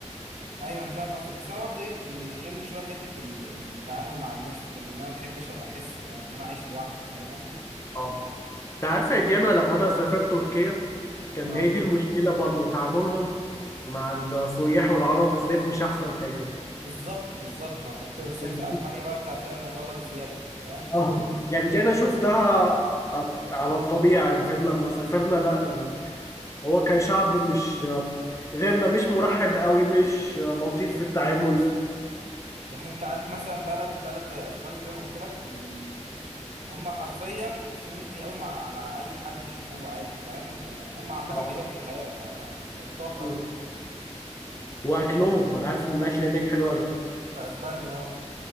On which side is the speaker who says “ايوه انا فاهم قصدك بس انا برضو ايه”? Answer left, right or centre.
Right